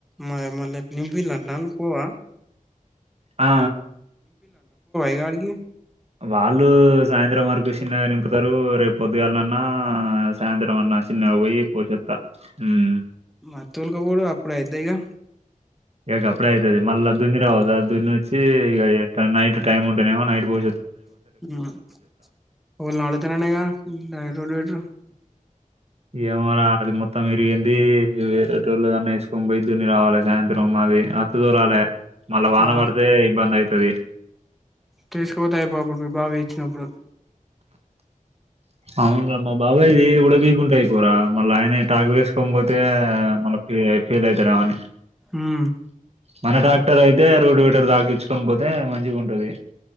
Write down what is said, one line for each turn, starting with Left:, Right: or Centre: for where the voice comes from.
Centre: మ మల్లిలోండన. పోవ
Right: ఆ
Centre: ఇగ ఆడికి
Right: వాళ్ళు సాయంత్రం వర్ నింపుతారు రేపు పద్దుగాళ్న్నా సాయంత్రం అన్నా చిన్నగా పోయి పోషస్తా ఉమ్
Centre: మా అత్తొలకుకూడ అప్పుడు అయితయిగా.
Right: ఏ అప్పుడే అయితుది మల్ దున్ని వచ్చి ఇక నైట్ టైమ్ ఉంటుందేమో నైట్ పో
Centre: <unintelligible>
Right: ఏమోరా అది మొత్తం విరిగింది వేరే టోలు దన్న వేసుకని పోయి దుని రావాలి సాయంత్రం మ. అది <inaudible> రాలే మళ్ళా వాన
Centre: ఆ
Right: పడితే ఇబ్బంది అవుతుది
Centre: తీసుకుపోతే ఇయిపోవు అప్పుడు మీ బావ ఏసి ఇచ్చినప్పుడు
Right: అవున రా మా బాబాయ్ ది ఉడాతీయకుండా ఉంటే అయిపోరా మళ్ళీ ఆయనే టాక పోతే మనకి ఫీల్ అయితారమని
Centre: హు
Right: మన ట్రాక్టర్ అయితే రోడ్డు విటర్ దాక ఈడ్చుకొని పోతే మంచిగా ఉంటది